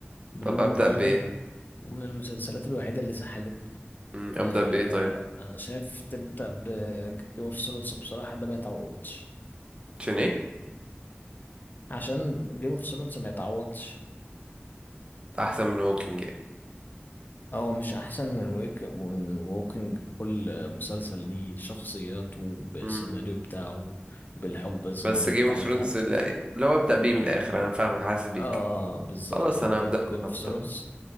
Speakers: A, on the left (about 50°); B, on the right (about 25°).
A: بدون
B: طب ابدا
A: مبالغة
B: بايه
A: ومن المسلسلات الوحيدة اللي سحلتني
B: مم، ابدا
A: آه،
B: بايه طيب
A: انا شايف تبدا بجيم اوف ثرونز بصراحه ده ما يتعوضش
B: عشان ايه
A: عشان جيم اوف ثرونز ما يتعوضش
B: احسن من ووكينج
A: هو مش احسن من ويك من ووكينج كل مسلسل ليه شخصياته بالسيناريو
B: يعني
A: بتاعه بالحقبه الزمنيه
B: بس جيم
A: بتاعتها
B: اوف ثرونز اللي اللي هو ابدأ بيه من الآخر أنا فاهمك حاسس بيك
A: اه بالظبط
B: خلاص
A: ابدا
B: أنا هبدأ
A: بجيم اوف
B: هبدأ
A: ثرونز